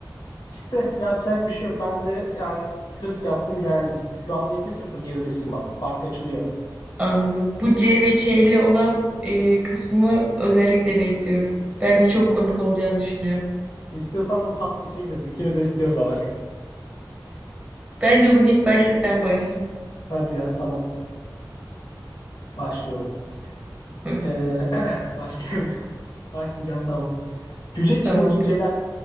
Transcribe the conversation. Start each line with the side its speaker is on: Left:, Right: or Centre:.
Left: De yapacak bir şey yok. Ben de yani hırs yaptım geldim. Şu anda 2-0 geridesin bak. Fark açılıyor.
Right: Anladım. Bu C ve Ç'li olan e, kısmı özellikle bekliyorum. Bence çok komik olacağını düşünüyorum.
Left: İstiyorsan bunu pas geçebiliriz. İkimiz de istiyorsa bak.
Right: Bence bunu ilk başta sen başla.
Left: Hadi ya tamam. Başlıyorum.
Right: Hı,
Left: Ee, <clears throat> başlayamıyorum. <laughs> Başlayacağım tamam. Cüce
Right: tamamdır.
Left: Çinici Celal